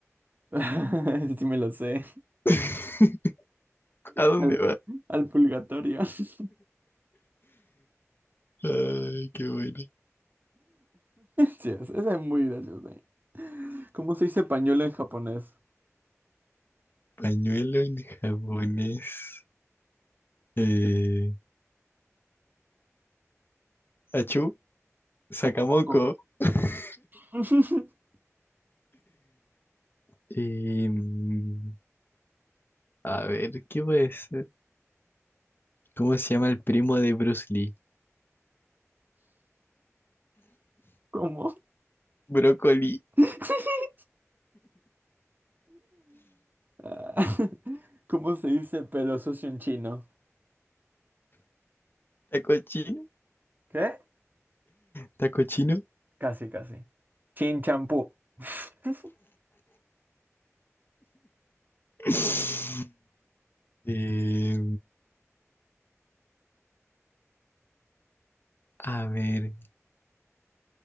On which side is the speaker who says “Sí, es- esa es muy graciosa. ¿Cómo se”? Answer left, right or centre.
Right